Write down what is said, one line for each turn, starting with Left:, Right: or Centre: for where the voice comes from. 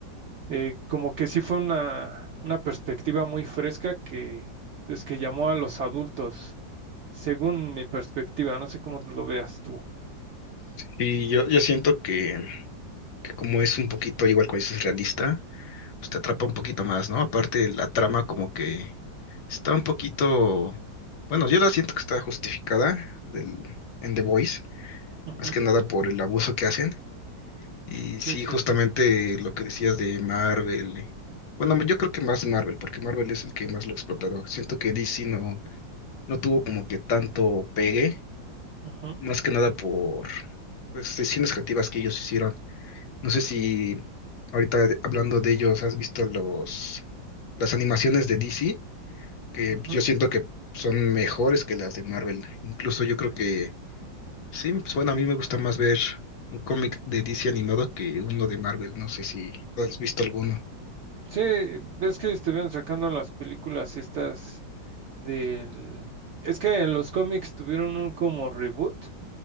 Right: Eh, como que sí fue una, una perspectiva muy fresca que es que llamó a los adultos, según mi perspectiva, no sé cómo lo veas tú.
Left: Y yo, yo siento que, que como es un poquito igual cuando dices realista, pues te atrapa un poquito más, ¿no? Aparte la trama como que está un poquito, bueno, yo la siento que está justificada del, en The Voice,
Right: Ujú,
Left: más que nada por el abuso que hacen. Y
Right: Sí,
Left: sí,
Right: sí,
Left: justamente
Right: sí.
Left: lo que decías de Marvel. Bueno, yo creo que más Marvel, porque Marvel es el que más lo ha explotado. Siento que DC no. no tuvo como que tanto pegue,
Right: Ujú,
Left: más que nada por pues decisiones creativas que ellos hicieron. No sé si ahorita hablando de ellos, has visto los las animaciones de DC, que
Right: ujú.
Left: yo siento que son mejores que las de Marvel. Incluso yo creo que sí, pues bueno, a mí me gusta más ver un cómic de DC animado que uno de Marvel. No sé si has visto alguno.
Right: Sí, ves que estuvieron sacando las películas estas del... Es que en los cómics tuvieron un como reboot,